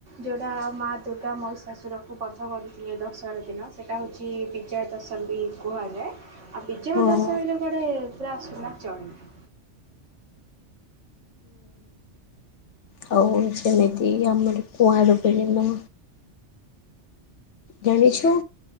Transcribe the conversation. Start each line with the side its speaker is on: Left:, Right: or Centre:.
Right: ଯୋଉଟା ମା ଦୁର୍ଗା ମହିଶାଶୁରକୁ ବଧ କରିଥିଲେ ଦଶହରା ଦିନ ସେଇଟା ହେଉଛି ବିଜୟା ଦଶମୀ କୁହାଯା ଆଉ ବିଜୟ
Left: ହଁ।
Right: ଦଶମୀରେ କୁଆଡେ ପୁରା <unintelligible>
Left: ହଉ ସେମିତି ଆମର କୁଆଡୁ <unintelligible> ଜାଣିଛୁ